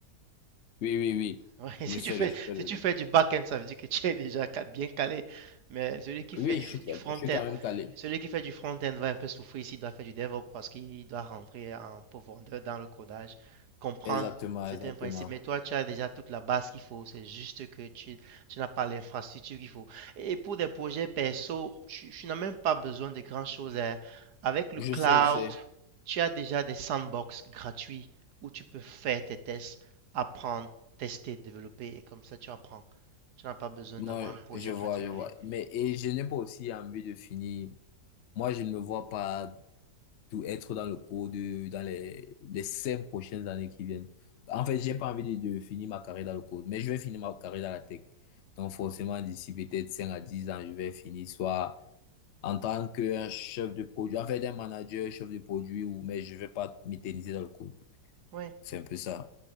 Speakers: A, on the left; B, on the right.
A: Oui, oui, oui.
B: Ouais,
A: Je
B: <laughs> si
A: fais
B: tu fais,
A: le, je fais
B: si
A: le.
B: tu fais du back-end, ça veut dire que tu es déjà ca- bien calé. Mais celui qui fait
A: Oui,
B: du,
A: je
B: f-
A: suis, quand-
B: du front-end,
A: je suis quand même calé.
B: celui qui fait du front-end va un peu souffrir s'il doit faire du DevOps parce qu'il doit rentrer en profondeur dans le codage, comprendre.
A: Exactement,
B: C'est
A: exactement.
B: un principe. Mais toi, tu as déjà toute la base qu'il faut. C'est juste que tu, tu n'as pas l'infrastructure qu'il faut. Et pour des projets perso, tu, tu n'as même pas besoin de grand-chose. hein. Avec le
A: Je
B: cloud,
A: sais, je sais.
B: tu as déjà des sandbox gratuits où tu peux faire tes tests apprendre tester, développer, et comme ça tu apprends. Tu n'as pas besoin
A: Non,
B: d'avoir un projet
A: je vois,
B: particulier.
A: je vois. Mais, et je n'ai pas aussi envie de finir. Moi, je ne me vois pas tout être dans le cours de, dans les, les cinq prochaines années qui viennent. En fait, j'ai pas envie de, de finir ma carrière dans le code, mais je vais finir ma carrière dans la tech. Donc, forcément, d'ici peut-être 5 à 10 ans, je vais finir soit en tant qu'un chef de produit, en fait, un manager, chef de produit, ou, mais je vais pas m'éterniser dans le code.
B: Oui.
A: C'est un peu ça.